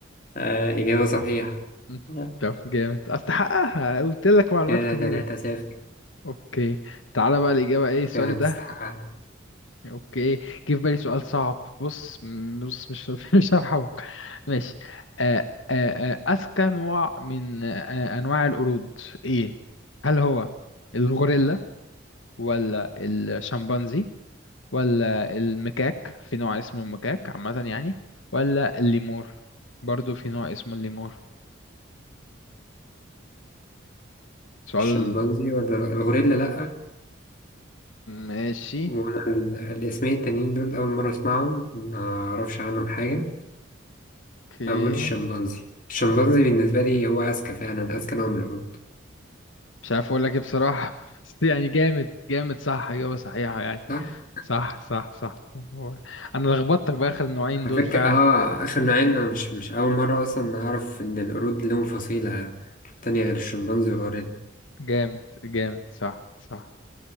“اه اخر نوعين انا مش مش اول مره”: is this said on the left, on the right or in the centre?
Left